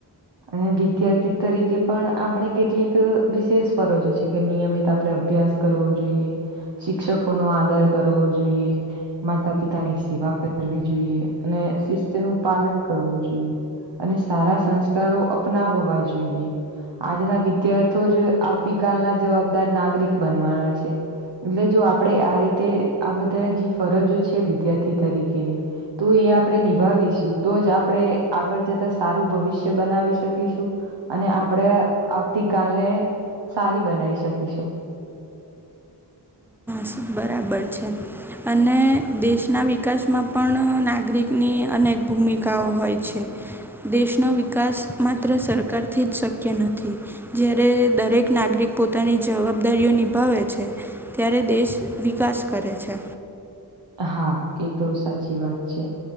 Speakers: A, on the right; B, in the centre.
A: અને વિદ્યાર્થી તરીકે પણ આપણે કેટલીક વિશેષ ફરજો છે કે નિયમિત આપણે અભ્યાસ કરવો જોઈએ શિક્ષકો નો આદાર કરવો જોઈએ માતા પિતાની સેવા કરવી જોઈએ અને શિસ્ત નું પાલન કરવું જોઈએ અને સારા સંસ્કારો અપનાવવા જોઈએ આજના વિદ્યાર્થી જ આવતી કલના જવાબદાર નાગરિક બનવાના છે. એટલે જો આપણેે આ રીતે આ બધા જે ફરજો છે વિદ્યાર્થી તરીકેની તો એ આપણે નિભાવીશું તો જ આપણે આગળ જતા સારું ભવિષ્ય બનાવી શકીશું અને આપણેે આવતી કલને સારી બનાવી શકીશું
B: હ બરાબર છે અને દેશના વિકાસમાં પણ નાગરિકની અનેક ભૂમિકાઓ હોય છે દેશનો વિકાસ માત્ર સરકારથી જ શક્ શક્ય નથી જ્યારે દરેક નાગરિક પોતાની જવાબદારીઓ નિભાવે છે ત્યારે દેશ વિકાસ કરે છે
A: હા એ તો સાચી વાત છે